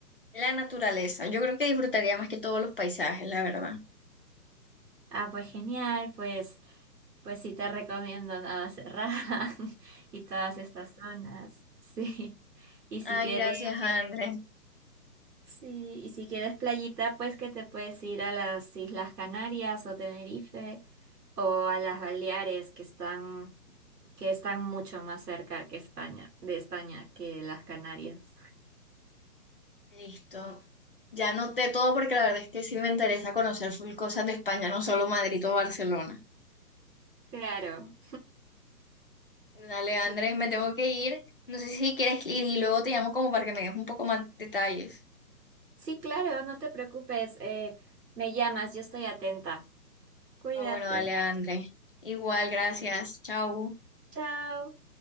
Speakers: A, on the left; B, on the right.
A: la naturaleza, yo creo que disfrutaría más que todos los paisajes, la verdad.
B: Ah, pues genial, pues pues sí te recomiendo Navacerrada <laughs> y todas estas zonas. <laughs> Sí. Y si
A: Ay,
B: quieres
A: gracias, Andrés.
B: Sí, y si quieres playita, pues que te puedes ir a las Islas Canarias o Tenerife o a las Baleares que están que están mucho más cerca que España, de España que las Canarias.
A: Listo. Ya noté todo porque la verdad es que sí me interesa conocer full cosas de España, no solo Madrid o Barcelona.
B: Claro.
A: Dale,
B: Sí.
A: Andrés, me tengo que ir. No sé si quieres ir y luego te llamo como para que me des un poco más detalles.
B: Sí, claro, no te preocupes. eh, me llamas, yo estoy atenta. Cuídate.
A: Ah, bueno, dale, André. Igual, gracias. Chau.
B: Chao.